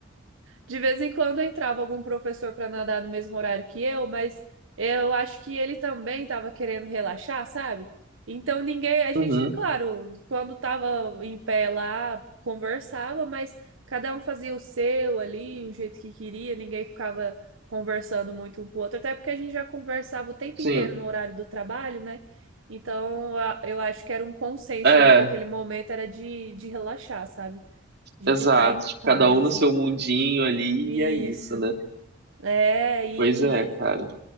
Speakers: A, on the right; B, on the right.
A: De vez em quando entrava algum professor para nadar no mesmo horário que eu, mas eu acho que ele também estava querendo relaxar, sabe? Então ninguém, a gente,
B: uhum,
A: claro, quando estava em pé lá, conversava, mas cada um fazia o seu ali, o jeito que queria, ninguém ficava conversando muito um com o outro, até porque a gente já conversava o tempo
B: sim.
A: inteiro no horário do trabalho, né? Então a- eu acho que era um consenso
B: É,
A: ali que aquele momento era de, de relaxar, sabe? De
B: Exato,
A: ficar em
B: tipo,
A: paz,
B: cada um
A: assim.
B: no seu
A: tra-
B: mundinho ali
A: Isso.
B: e é isso, né?
A: É, e
B: Pois é, cara.